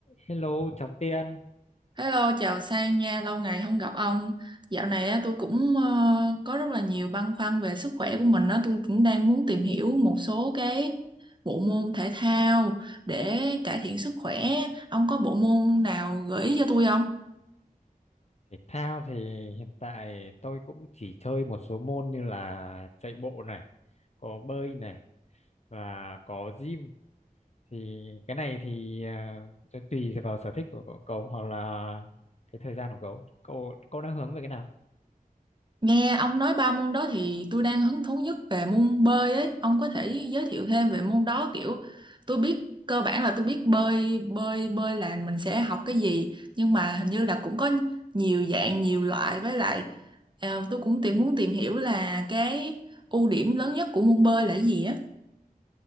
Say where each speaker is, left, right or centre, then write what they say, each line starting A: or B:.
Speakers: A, on the left; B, on the right.
A: Hello, chào Tiên.
B: Hello, chào Sang nha, lâu ngày không gặp ông. Dạo này á, tôi cũng ờ, có rất là nhiều băn khoăn về sức khỏe của mình á, tôi cũng đang muốn tìm hiểu một số cái bộ môn thể thao để cải thiện sức khỏe. Ông có bộ môn nào gợi ý cho tôi không?
A: Thể thao thì hiện tại tôi cũng chỉ chơi một số môn như là chạy bộ này, có bơi này và có gym. Thì cái này thì à, cho tùy vào sở thích của cậu cậu hoặc là cái thời gian của cậu. Cậu cậu đang hướng về cái nào?
B: Nghe ông nói ba môn đó thì tôi đang hứng thú nhất về môn bơi ấy. Ông có thể giới thiệu thêm về môn đó kiểu tôi biết cơ bản là tôi biết bơi bơi bơi là mình sẽ học cái gì nhưng mà hình như là cũng có nhiều dạng nhiều loại với lại Ờ, tôi cũng tìm muốn tìm hiểu là cái ưu điểm lớn nhất của môn bơi là cái gì á.